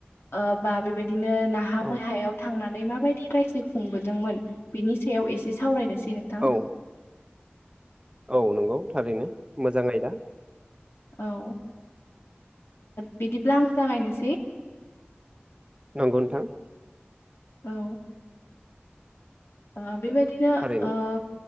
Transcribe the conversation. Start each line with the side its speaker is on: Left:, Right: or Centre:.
Left: ओ बा बेबायदिनो ना हा
Right: औ
Left: मैहायाव थांनानै माबायदि रायजो खुंबोदोंमोन बेनि सायाव एसे सावरायनोसै नों
Right: औ। औ नंगौ थारैनो मोजां आयदा।
Left: औ ओ बिदिब्ला आं जागायनोसै।
Right: नंगौ नोंथां।
Left: औ। आ बेबायदिनो
Right: थारैनो
Left: आ